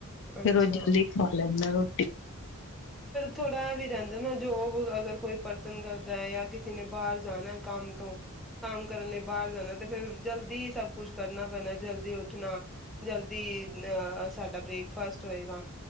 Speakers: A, on the left (about 60°); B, in the centre.
A: ਫੇਰ
B: ਅੱਛਾ
A: ਉਹ ਜਲਦੀ ਖਾ ਲੈਂਦਾ ਰੋਟੀ।
B: ਥੋੜ੍ਹਾ ਇਹ ਵੀ ਰਹਿੰਦਾ ਹੈ ਨਾ, ਜੋਬ ਅਗਰ ਕੋਈ ਪਰਸਨ ਕਰਦਾ ਹੈ ਯਾਂ, ਕਿਸੇ ਨੇ ਬਾਹਰ ਜਾਣਾ ਕੰਮ ਤੋਂ ਕੰਮ ਕਰਨ ਲਈ ਬਾਹਰ ਜਾਣਾ। ਤੇ ਫੇਰ ਜਲਦੀ ਸਭ ਕੁਛ ਕਰਨਾ ਪੈਣਾ, ਜਲਦੀ ਉੱਠਣਾ ਜਲਦੀ ਅ ਸਾਡਾ ਬ੍ਰੇਕਫਾਸਟ ਹੋਏਗਾ